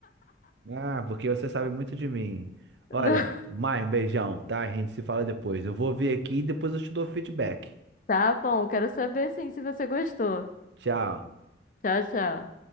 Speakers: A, on the right (about 70°); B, on the left (about 45°).
A: Ah, porque você sabe muito de mim.
B: <laughs>
A: Olha, Mai, um beijão, tá? A gente se fala depois. Eu vou ver aqui e depois eu te dou feedback.
B: Tá bom, quero saber sim se você gostou.
A: Tchau.
B: Tchau, tchau.